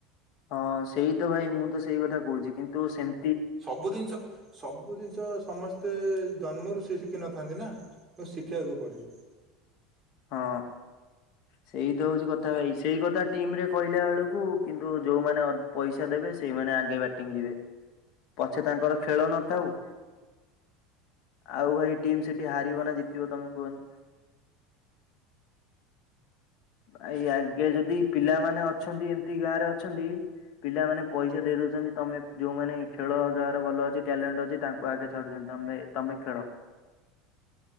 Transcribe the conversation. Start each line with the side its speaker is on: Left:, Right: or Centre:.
Left: ହଁ ସେଇ ତ ଭାଇ ମୁତ ସେଇ କଥା କହୁଛି କିନ୍ତୁ ସେମ୍
Right: ସବୁ ଜିନ୍ଷ ସବୁ ଜିନ୍ଷ ସମସ୍ତେ ଜନ୍ମରୁ ସିଏ ଶିଖିନଥାନ୍ତି ନା ତ ଶିଖେଇବାକୁ ପଡ଼େ।
Left: ହଁ। ସେଇ ତ ହଉଛି କଥା ଭାଇ ସେଇ କଥା ଟିମ୍ ରେ କହିଲା ବେଳକୁ କିନ୍ତୁ ଯୋଉମାନେ ଅ ପଇସା ଦେବେ ସେଇମାନେ ଆଗେ ବ୍ୟାଟିଙ୍ଗ୍ ଯିବେ ପଛେ ତାଙ୍କର ଖେଳ ନଥାଉ। ଆଉ ଭାଇ ଟିମ୍ ସେଠି ହାରିବ ନା ଜିତିବ ତମେ କୁହନି? ଭାଇ ଆଗେ ଯଦି ପିଲାମାନେ ଅଛନ୍ତି ଏମ୍ତି ଗାଁ ରେ ଅଛନ୍ତି ପିଲାମାନେ ପଇସା ଦେଇ ଦଉଛନ୍ତି ତମେ ଯୋଉମାନେ ଖେଳ ଯାହାର ଭଲ ଅଛି ଟ୍ୟାଲେଣ୍ଟ୍ ଅଛି ତାଙ୍କୁ ଆଗେ ଛାଡୁଛନ୍ତି ତମେ ଭାଇ ତମେ ଖେଳ।
Right: <inaudible>